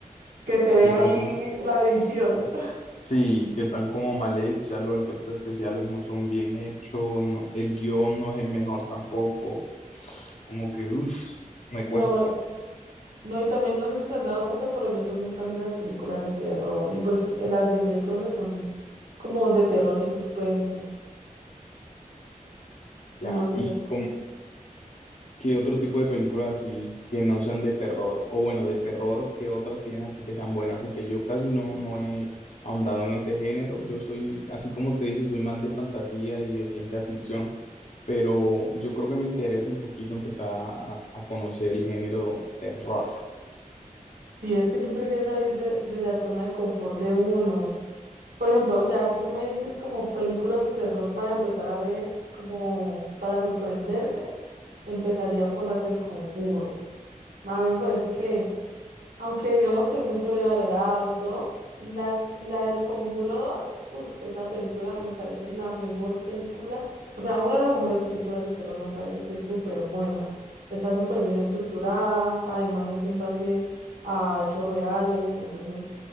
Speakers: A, on the right; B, on the left.
A: Que se ve
B: que Están
A: ahí
B: como,
A: la edición. <laughs>
B: Sí, que están como mal hechas, los efectos especiales no son bien hechos, no- el guión no es el mejor tampoco, como que, uff, me
A: No,
B: cuesta.
A: no, y también no sé si te has dado cuenta, pero yo soy muy fan de las películas de terror, y pues eh, las de Freddy Krueger son como de terror y suspenso.
B: Ya,
A: No sé,
B: y como, ¿qué otro tipo de películas así que no sean de terror? O bueno, de terror, ¿qué otras tienes así que sean buenas? Porque yo casi no, no he ahondado en ese género, yo soy, así como te dije, soy más de fantasía y de ciencia ficción, pero yo creo que me interesa un poquito empezar a a conocer el género terror.
A: sí, es que siempre hay que salir de, de la zona de confort de uno. Por ejemplo, o sea, si tú me dices como películas de terror para empezar a ver, como para sorprenderte, empezaría por las del Conjuro. A mí me parece que Aunque digamos que es muy sobrevalorado y todo, la, la del Conjuro 2, uff, esa película me parece la mejor película, o sea, una de las mejores películas de terror me parece que es súper buena. Está súper bien estructurada, además es en base a hechos reales, entonces